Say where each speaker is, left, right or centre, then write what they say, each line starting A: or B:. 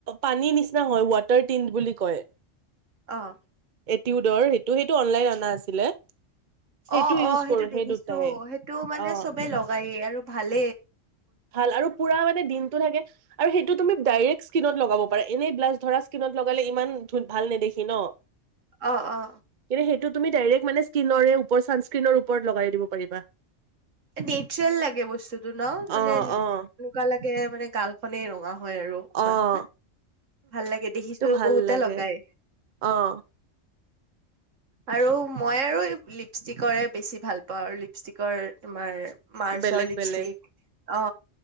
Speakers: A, on the right (about 45°); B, on the right (about 80°).
A: পানীৰ নিচিনা হয় ৱাটাৰ টিণ্ট বুলি কয়।
B: অ'
A: এটিউডৰ সেইটো সেইটো অনলাইন অনা আছিলে। সেইটো
B: অ
A: ইউজ
B: অ সেইটো
A: কৰো
B: দেখিছো
A: সেই দুটাই
B: সেইটো মানে
A: অ
B: চবে লগায়েই আৰু। ভালে।
A: ভাল আৰু পুৰা মানে দিনটো থাকে আৰু সেইটো তুমি ডাইৰেক্ট- স্কীনত লগাব পাৰে এনেই ব্লাছ ধৰা স্কিনত লগালে ইমান ধ ভাল নেদখি ন।
B: অ, অ।
A: কিন্তু সেইটো তুমি ডাইৰেক্ট মানে স্কিনৰ ছান স্কিনৰ ওপৰত লগাই দিব পাৰিবা।
B: নেচৰেল লাগে বস্তুতটো। টু ন
A: অ',
B: মানে এনেকুৱা
A: অ',
B: লাগে। মানে গাল খনেই ৰঙা। য় আৰু
A: অ',
B: ইমান ভাল লাগে দেখিছো
A: টো ভাল
B: বহুতে
A: লাগে
B: লগাই।
A: অ',
B: আৰু মই আৰু লিপষ্টিকৰে বেছি ভাল পাওঁ আৰু লিপষ্টিকৰ- তোমাৰ মাৰ্চ
A: বেলেগ
B: লিপষ্ট্ৰক
A: বেলেগ
B: অ